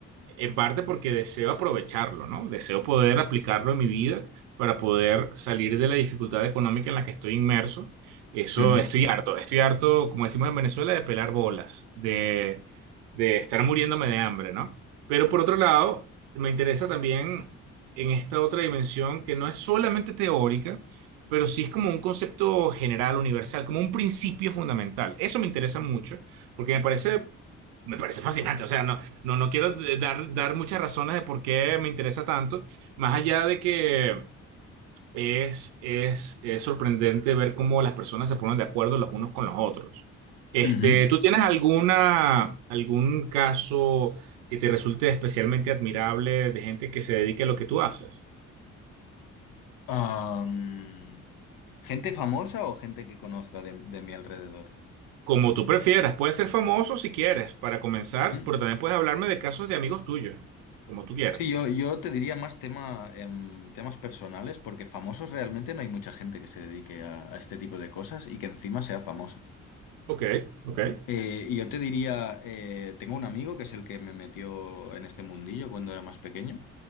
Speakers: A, on the right; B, on the left.
A: En parte porque deseo aprovecharlo, ¿no? Deseo poder aplicarlo en mi vida para poder salir de la dificultad económica en la que estoy inmerso. Eso,
B: Ujú,
A: estoy harto, estoy harto, como decimos en Venezuela, de pelar bolas, de, de estar muriéndome de hambre, ¿no? Pero por otro lado, me interesa también en esta otra dimensión que no es solamente teórica, pero sí es como un concepto general, universal, como un principio fundamental. Eso me interesa mucho porque me parece... Me parece fascinante, o sea, no, no, no quiero d- dar, dar muchas razones de por qué me interesa tanto, más allá de que es, es, es sorprendente ver cómo las personas se ponen de acuerdo los unos con los otros. Este,
B: ujú.
A: ¿tú tienes alguna, algún caso que te resulte especialmente admirable de gente que se dedique a lo que tú haces?
B: Am, ¿gente famosa o gente que conozca de, de mi alrededor?
A: Como tú prefieras, puedes ser famoso si quieres, para comenzar,
B: Ujú.
A: pero también puedes hablarme de casos de amigos tuyos, como tú quieras.
B: Sí, yo, yo te diría más tema, em, temas personales, porque famosos realmente no hay mucha gente que se dedique a, a este tipo de cosas y que encima sea famosa.
A: Ok, ok,
B: Eh, y yo te diría, eh, tengo un amigo que es el que me metió en este mundillo cuando era más pequeño